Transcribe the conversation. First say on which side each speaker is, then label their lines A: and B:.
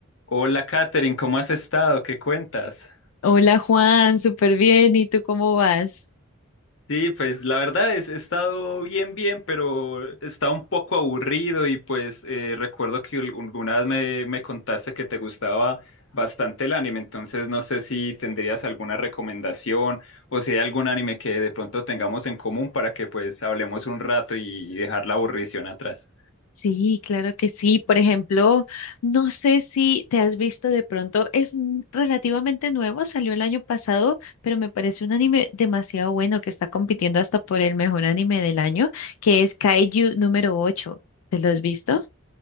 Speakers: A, on the left; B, on the left.
A: Hola, Katherine, ¿cómo has estado? ¿Qué cuentas?
B: Hola Juan, súper bien. ¿Y tú cómo vas?
A: Sí, pues la verdad es, he estado bien, bien, pero está un poco aburrido y pues eh, recuerdo que al- alguna vez me, me contaste que te gustaba bastante el anime, entonces no sé si tendrías alguna recomendación o si hay algún anime que de pronto tengamos en común para que pues hablemos un rato y dejar la aburrición atrás.
B: Sí, claro que sí. Por ejemplo, no sé si te has visto de pronto, es n- relativamente nuevo, salió el año pasado, pero me parece un anime demasiado bueno que está compitiendo hasta por el mejor anime del año, que es Kaiju número ocho. ¿Te lo has visto?